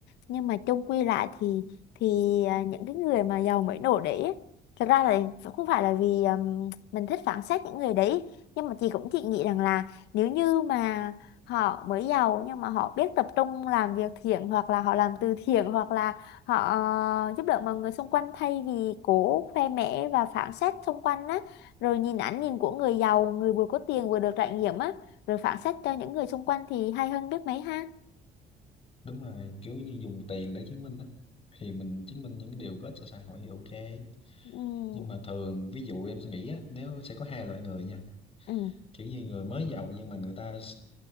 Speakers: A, on the left (about 85°); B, on the left (about 35°).
A: nhưng mà chung quy lại thì thì à, những cái người mà giàu mới nổi đấy ấy, thật ra là không phải là vì um, mình thích phán xét những người đấy nhưng mà chị cũng chị nghĩ rằng là nếu như mà họ mới giàu nhưng mà họ biết tập trung làm việc thiện hoặc là họ làm từ thiện hoặc là họ ờ, giúp đỡ mọi người xung quanh thay vì cố khoe mẽ và phán xét xung quanh á rồi nhìn ánh nhìn của người giàu người vừa có tiền vừa được trải nghiệm á rồi phán xét cho những người xung quanh thì hay hơn biết mấy ha
B: đúng rồi kiểu như dùng tiền để chứng minh đó thì mình chứng minh những cái điều có ích cho xã hội thì ok
A: ừ
B: nhưng mà thường ví dụ em suy nghĩ á nếu sẽ có hai loại người nha
A: ừ
B: kiểu như người mới giàu nhưng mà người ta s-